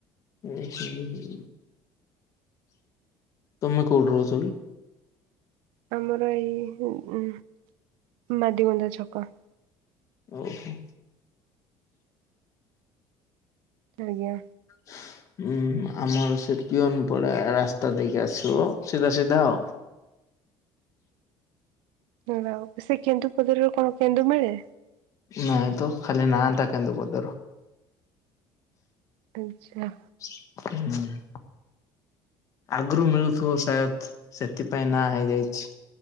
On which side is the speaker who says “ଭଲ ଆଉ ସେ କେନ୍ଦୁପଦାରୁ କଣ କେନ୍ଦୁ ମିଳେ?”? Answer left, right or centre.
Right